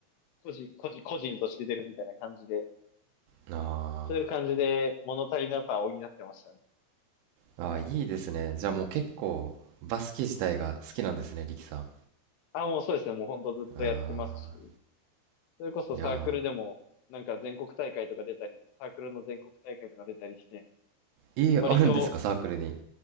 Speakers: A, on the left; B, on the right.
A: 個人、個人、個人として出るみたいな感じで、
B: あ
A: そういう感じで物足りなさを補ってましたね。
B: ー、あー、いいですね。じゃあもう結構、バスケ自体が好きなんですね、力さん。
A: あ、もうそうですね。もうほんとずっとやってますし、
B: ああ、
A: それこそサークルでも、
B: いや
A: なんか全国大会とか出たり、サークルの全国大会とか出たりして、
B: ー、いい、
A: 割と、
B: あるんですか、サークルに。へ